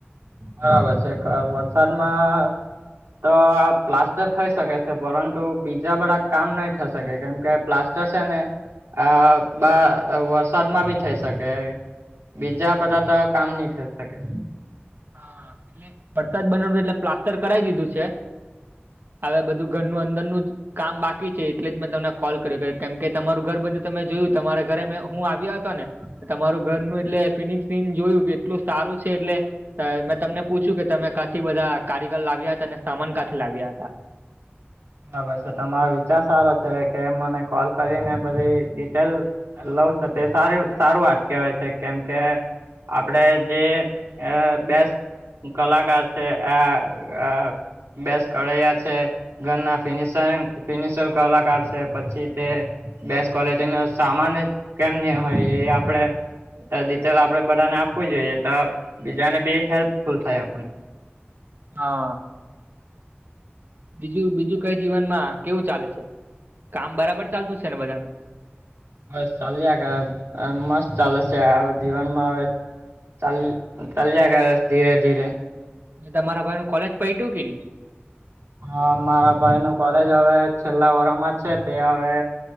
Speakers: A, on the right; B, on the right.
A: બરાબર છે વરસાદમાં તો આ પ્લાસ્ટર થઈ શકે છે પરંતુ બીજા બધા કામ નહી થઈ શકે કેમકે પ્લાસ્ટ ને આ વરસાદમાં બી થઈ શકે. બીજા બધા તો કામ નહી થઈ શકે
B: હા એટલે વરસાદ બનાવ એટલે પ્લાસ્ટર કરાવી દીધું છે. હવે બધું ઘરનું અંદરનું જ કામ બાકી છે એટલે જ મેં તમને કોલ કર્યું કેમ કે તમારું ઘર બધ્યું તમે જોયું તમારા ઘરે મેં હું આવ્યા હતો ને તમારું ઘરનું એટલે ફિનિશ સિન જોયું કે એટલું સારું છે એટલે મેં તમને પૂછ્યું કે તમે કાંથી બધા કારીગર લાવ્યા હતા અને સામાન કાંથી લાવ્યા હતા
A: બરાબર છે તમારો વિચાર સારો છે કે મને કોલ કરીને બધી ડિટેલ લવ છે તે સારી સારું વાત કેવાય છે કેમ કે આપડે જે અ બેસ કલાકાર છે આ બેસ કરૈયા છે. ઘરના ફિનિશ ફિનિશર કલાકાર છે પછી તે બેસ્ટ ક્વલિટી નો સામાન જ કેમની હોય એ આપડે રિટેલ આપડે બધાને આપવું જોઈએ તો બીજાને બી હેલ્પફુલ થાય એમ.
B: હા. બીજું બીજું કઈ જીવનમાં કેવું ચાલે છે કામ બરાબર ચાલતું છે ને બધાનું
A: બસ ચાલ મસ્ત ચાલે છે હ જીવનમાં હવે. તલ તલ્યા કર ધીરે ધીરે
B: તમારા ભાઈ નું કોલેજ પૈટું કે ન
A: હા મારા ભાઈ નું કોલેજ હવે છેલ્લા વરમાં છે તે હવે